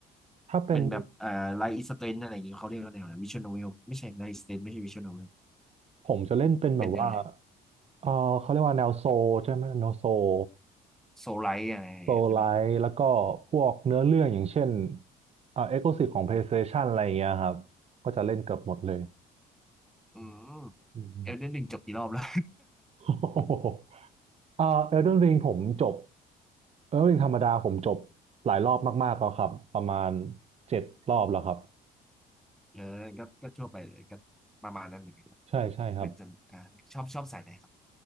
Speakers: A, on the right; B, in the centre.
A: ถ้าเป็น
B: เป็นแบบอ่าไลท์อิสเตนอะไรอย่างเงี้ยเขาเรียกว่าแนวไหนวิชวลโนเวลไม่ใช่ไลท์อิสเตนไม่ใช่วิชวลโนเวล
A: ผมจะเล่นเป็นแบบว่า
B: เป็นแนวไหน
A: เออเขาเรียกว่าแนวโซลใช่ไหม แนวโซล
B: โซไลท์อะไรอย่างเงี้ยใช่ไหม
A: โซลไลท์ แล้วก็พวกเนื้อเรื่องอย่างเช่น เอ่อเอ็กซ์คลูซีฟของ PlayStation อะไรอย่างเงี้ยครับ ก็จะเล่นเกือบหมดเลย
B: อืม
A: อืม
B: เอลเดนริงจบกี่รอบแล้ว
A: โอ้โหเอ่อเอเดนวิงผมจบเอลเดนริงธรรมดาผมจบหลายรอบมากๆแล้วครับ ประมาณเจ็ดรอบแล้วครับ
B: เออก็ก็ทั่วไปเลยก็ประมาณนั้นเหมือนกันบ
A: ใช่ใช่ครับ
B: หนึ่งสำอ่าชอบชอบสายไหนครับ